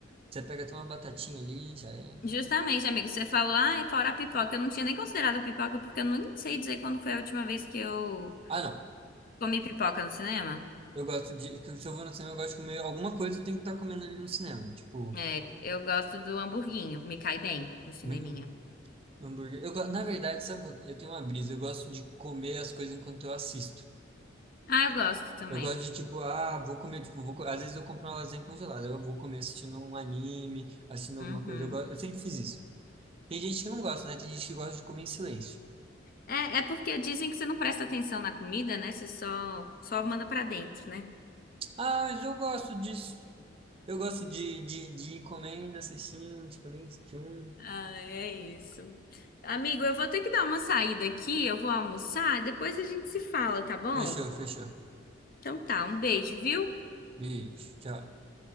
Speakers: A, on the right; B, on the left.
A: Você pega até uma batatinha ali, já é.
B: justamente, amigo, você falou, ah, é fora a pipoca, eu não tinha nem considerado a pipoca porque eu não sei dizer quando foi a última vez que eu
A: Ah, não.
B: comi pipoca no cinema.
A: Eu gosto de. Se eu vou no cinema, eu gosto de comer alguma coisa, eu tenho que estar comendo ali no cinema. Tipo.
B: É, eu gosto do hamburguinho, me cai bem no cineminha.
A: Meu, hambúrguer. Eu, go- na verdade, sabe, qual que- eu tenho uma brisa, eu gosto de comer as coisas enquanto eu assisto.
B: Ah, eu gosto também.
A: Eu gosto de, tipo, ah, vou comer, tipo, vou, co- às vezes eu compro uma lasanha congelada, eu vou comer assistindo um anime, assistindo
B: Uhum.
A: alguma coisa, eu, go- eu sempre fiz isso. Tem gente que não gosta, né? Tem gente que gosta de comer em silêncio.
B: É, é porque dizem que você não presta atenção na comida, né? Você só, só manda pra dentro, né?
A: Ah, mas eu gosto disso. Eu gosto de, de, de ir comendo, assistindo, tipo, nem um.
B: Ah, é isso. Amigo, eu vou ter que dar uma saída aqui, eu vou almoçar, depois a gente se fala, tá bom?
A: Fechou, fechou.
B: Então tá, um beijo, viu?
A: Beijo, tchau.